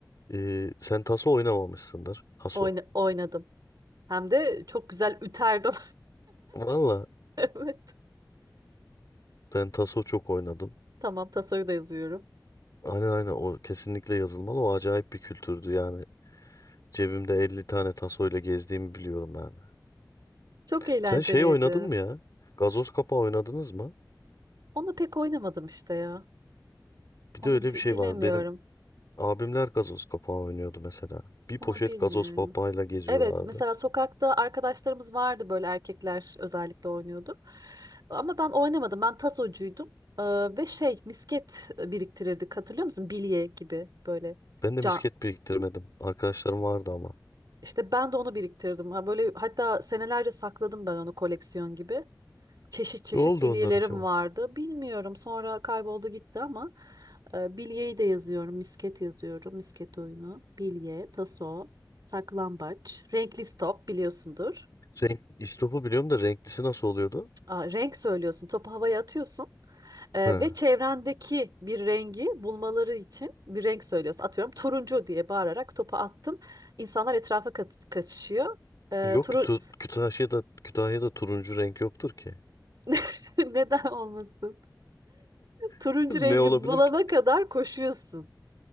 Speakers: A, on the left (about 50°); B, on the right (about 60°).
A: Ee, sen taso oynamamışsındır. Taso.
B: Oyna oynadım. Hem de çok güzel üterdim.
A: Valla
B: <laughs> Evet.
A: ben taso çok oynadım.
B: Tamam tasoyu da yazıyorum.
A: Aynen aynen o kesinlikle yazılmalı. O acayip bir kültürdü yani. Cebimde 50 tane taso ile gezdiğimi biliyorum yani.
B: Çok eğlenceliydi.
A: Sen şey oynadın mı ya? Gazoz kapağı oynadınız mı?
B: Onu pek oynamadım işte ya.
A: Bir
B: Onu
A: de öyle
B: bi-
A: bir şey
B: bilemiyorum.
A: var. Benim abimler gazoz kapağı oynuyordu mesela. Bir
B: Onu
A: poşet
B: bilmiyorum.
A: gazoz papağıyla geziyorlardı.
B: Evet, mesela sokakta arkadaşlarımız vardı böyle erkekler özellikle oynuyordu. Ama ben oynamadım. Ben tasocuydum. Ee, ve şey misket biriktirirdik hatırlıyor musun? Bilye gibi böyle
A: Ben de
B: can.
A: misket biriktirmedim. Arkadaşlarım vardı ama.
B: İşte ben de onu biriktirdim. Ha böyle hatta senelerce sakladım ben onu koleksiyon gibi. Çeşit çeşit
A: Ne oldu
B: bilyelerim
A: onlar acaba?
B: vardı. Bilmiyorum sonra kayboldu gitti ama e, bilyeyi de yazıyorum. Misket yazıyorum. Misket oyunu, bilye, taso, saklambaç, renkli stop biliyorsundur.
A: Renk, istopu biliyorum da renklisi nasıl oluyordu?
B: Aa, renk söylüyorsun, topu havaya atıyorsun e,
A: He.
B: ve çevrendeki bir rengi bulmaları için bir renk söylüyorsun. Atıyorum turuncu diye bağırarak topu attın. İnsanlar etrafa ka- kaçışıyor. E,
A: Yok
B: turu
A: ki tu- Kütahya'da, Kütahya'da turuncu renk yoktur ki.
B: <laughs> neden olmasın? Turuncu
A: <laughs> Ne
B: rengi
A: olabilir
B: bulana
A: ki?
B: kadar koşuyorsun.